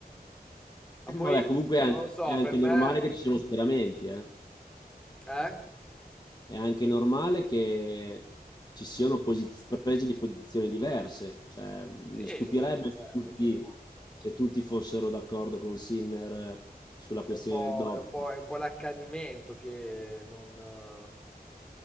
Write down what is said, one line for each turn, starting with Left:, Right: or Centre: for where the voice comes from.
Centre: ma poi
Left: Vabbè, comunque è
Centre: non
Left: anche,
Centre: lo so,
Left: è anche
Centre: per me...
Left: normale che ci siano schieramenti, eh.
Centre: Eh?
Left: È anche normale che ci siano posiz- prese di posizioni diverse. Cioè, mi
Centre: Sì,
Left: stupirebbe
Centre: sì, no, certo,
Left: se tutti,
Centre: certo.
Left: se tutti fossero d'accordo con Sinner sulla questione
Centre: È un po',
Left: del doping.
Centre: è un po', è un po' l'accanimento che non, eh,